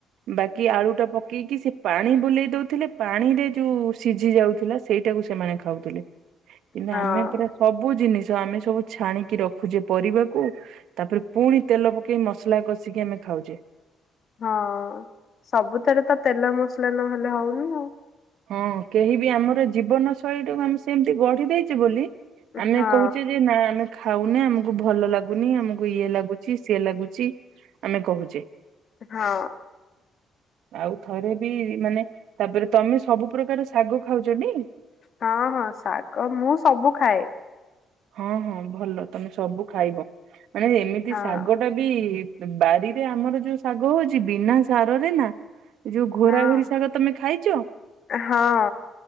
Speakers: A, on the right (about 80°); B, on the left (about 55°).
A: ବାକି ଆଳୁ ଟା ପକେଇକି ସେ ପାଣି ବୁଲେଇ ଦଉଥିଲେ ପାଣିରେ ଯୋଉ ସିଝି ଯାଉଥିଲା ସେଇଟାକୁ ସେମାନେ ଖାଉଥିଲେ କିନ୍ତୁ
B: ହଁ
A: ଆମେ ପୁରା ସବୁ ଜିନିଷ ଆମେ ସବୁ ଛାଣିକି ରଖୁଛେ ପରିବାକୁ। ତାପରେ ପୁଣି ତେଲ ପକେଇ ମସଲା କଷିକି ଆମେ ଖାଉଛେ।
B: ହଁ ସବୁଥରେ ତ ତେଲ ମସଲା ନହେଲେ ହଉନି ଆଉ।
A: ହଁ କେହି ବି ଆମର ଜୀବନ ଶୈଳୀ ଟାକୁ ଆମେ ସେମତି ଗଢି ଦେଇଛେ ବୋଲି। ଆମେ
B: ହଁ
A: କହୁଛେ ଯେ ନା ଆମେ ଖାଉନେ ଆମକୁ ଭଲ ଲାଗୁନି ଆମକୁ ଇଏ ଲାଗୁ ଚି ସି ଲାଗୁଛି ଆମେ କହୁଛେ।
B: ହଁ।
A: ଆଉ ଥରେ ବି ମାନେ ତାପରେ ତମେ ସବୁ ପ୍ରକାର ଶାଗ ଖାଉଛ ଟି?
B: ହଁ ହଁ ଶାଗ ମୁଁ ସବୁ ଖାଏ।
A: ହଁ ହଁ ଭଲ ତମେ ସବୁ ଖାଇବ। ମାନେ ଏମିତି
B: ହଁ
A: ଶାଗଟା ବି ବାରିରେ ଆମର ଯୋଉ ଶାଗ ହଉଛି ବିନା ସାରରେ ନା। ଏ ଯୋଉ ଘୋରାଘୋରି
B: ହଁ
A: ଶାଗ ତମେ ଖାଇଛ?
B: ହଁ